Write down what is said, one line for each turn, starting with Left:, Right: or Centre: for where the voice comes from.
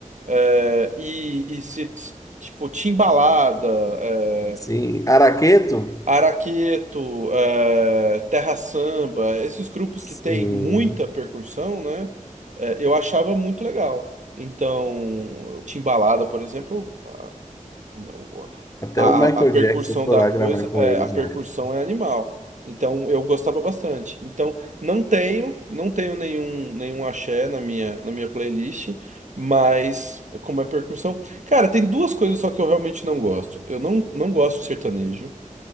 Right: É, e, e se, se- tipo, Timbalada, é,
Left: Sim. Araqueto?
Right: Araqueto, é, Terra Samba, esses grupos
Left: Sim.
Right: que tem muita percussão, né? É, eu achava muito legal. Então, Timbalada, por exemplo, o-
Left: Até
Right: A,
Left: o Michael
Right: a a percussão
Left: Jackson foi
Right: da
Left: lá
Right: coisa,
Left: gravar com
Right: é,
Left: eles
Right: a percussão
Left: na época.
Right: é animal. Então eu gostava bastante. Então não tenho, não tenho nenhum nenhum axé na minha na minha playlist, mas como é percussão, cara, tem duas coisas só que eu realmente não gosto. Eu não não gosto de sertanejo.